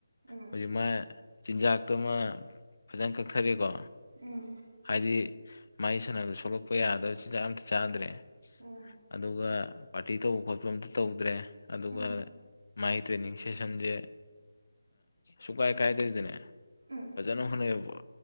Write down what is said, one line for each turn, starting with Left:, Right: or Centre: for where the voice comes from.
Right: ꯎꯝ
Left: ꯍꯧꯖꯤꯛ ꯃꯥ ꯆꯤꯟꯖꯥꯛ ꯀ ꯇꯨꯃ ꯐꯖꯅ ꯀꯛꯊꯔꯤꯀꯣ
Right: ꯎꯝ
Left: ꯍꯥꯏꯗꯤ ꯃꯥꯏ ꯁꯥꯟꯅꯕꯗ ꯁꯣꯛꯂꯛꯄ ꯌꯥꯗꯕ ꯆꯤꯟꯖꯥꯛ ꯑꯝꯇ ꯆꯥꯗ꯭ꯔꯦ
Right: ꯎꯝ
Left: ꯑꯗꯨꯒ ꯄꯥꯔꯇꯤ ꯇꯧꯕ ꯈꯣꯠꯄ ꯑꯇ ꯇꯧꯗ꯭ꯔꯦ ꯑꯗꯨꯒ
Right: ꯎꯝ
Left: ꯃꯒꯤ ꯇ꯭ꯔꯦꯅꯤꯡ ꯁꯦꯁꯟꯁꯦ ꯁꯨꯀꯥꯏ ꯀꯥꯏꯗꯣꯏꯗꯅꯦ
Right: ꯎꯝ
Left: ꯐꯖꯅ ꯍꯣꯠꯅꯩꯑꯕ